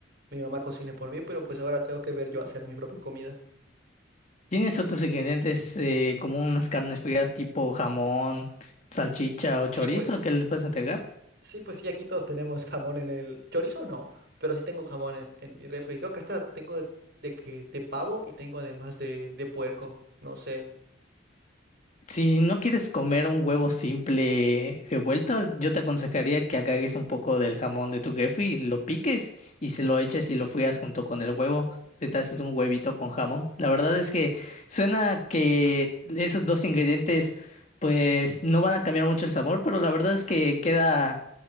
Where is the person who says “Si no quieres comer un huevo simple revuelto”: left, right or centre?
Left